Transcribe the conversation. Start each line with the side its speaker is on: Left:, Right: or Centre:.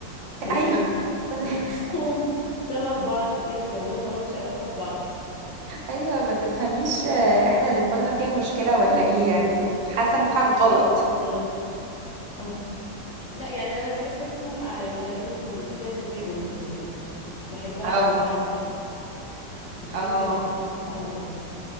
Left: <laughs> يعني
Right: ايوه <laughs>
Left: بحسهم شبه بعض كده بما إنهم مالهمش علاقة ببعض
Right: ايوه ما تفهميش آه، احنا اللي دماغنا فيها مشكله ولا ايه يعني حاسه ان في حاجه
Left: أو
Right: غلط
Left: ميكس كده غريب اه لا يعني أنا بحب أسمع الأغاني اللي فيها تفاؤل دي بحبها
Right: اه
Left: أوي حماية دي
Right: اه
Left: ب- بحبها أوي أوي